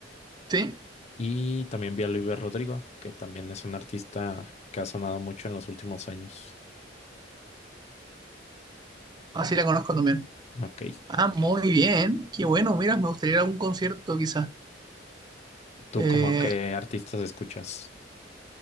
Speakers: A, on the right (about 25°); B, on the left (about 35°).
A: sí,
B: Y también vi a Luis Rodrigo, que también es un artista que ha sonado mucho en los últimos años.
A: así la conozco también.
B: Ok.
A: Ah, muy bien, qué bueno, mira, me gustaría ir a algún concierto quizás.
B: ¿Tú
A: Eh,
B: como qué artistas escuchas?